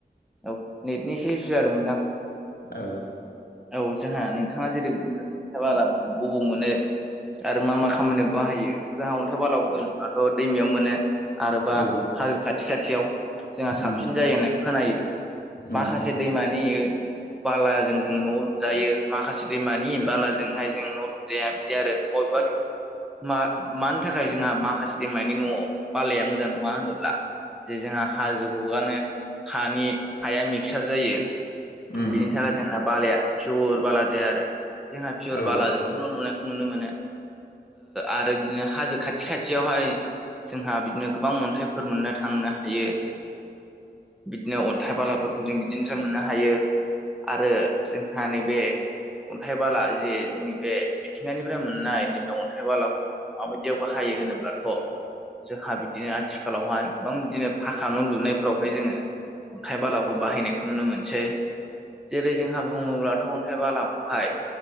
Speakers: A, in the centre; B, on the left.
A: औ नेटनिसे इसु जादोंमोनदां
B: औ
A: औ जोंहा नोंथाङा जेरै बुंदों अन्थाय बाला बबाव मोनो आरो मा मा खामानियाव बाहायो जोंहा अन्थाइ बालाावखौ होनोबथ' दैमायाव मोनो आरोबा
B: औ
A: हाजो खाथि खाथियाव जोंहा साबसिन
B: उम
A: जायो होननाय खोनायो। माखासे
B: उम
A: दैमानियो बालाजों जों न' लुजायो माखासे दैमानि बालाजोंहाय जों न' लुजाया बिदि आरो मबेबा मा मानि थाखाय जोंहा माखासे दैमानि न' बालाया मोजां नङा होनोब्ला जे जोंहा हाजो गोआनो हानि हाया मिक्सार जायो
B: उम
A: बिनि थाखाय जोंना बालाया पियर बाला जाया आरो जोंहा पियर
B: औ
A: बालाजोंसो न' लुनायखौ नुनो मोनो आरो बिदिनो हाजो खाथि खाथियावहाय जोंहा बिदिनो गोबां अन्थाइफोर मोननो थांनो हायो बिदिनो थाइाबालाफोरखौ जों बिदिनोसो मोननो हायो आरो जोंहा नैबे अन्थाइ बाला जे जोंनि बे मिथिंगानिफ्राय मोननाय नैबे अन्थाइ बालाखौ माबायदियावबो हायो होनोब्लाथ' जोंहा बिदिनो आथिखालावहाय गोबां बिदिनो भाखा न' लुनायफोरावहाय जोङो अन्थाइ बालाखौ बाहायनायखौ नुनो मोनसै जेरै जोंहा बुङोब्लाथ' अन्थाइ बालाखौहाय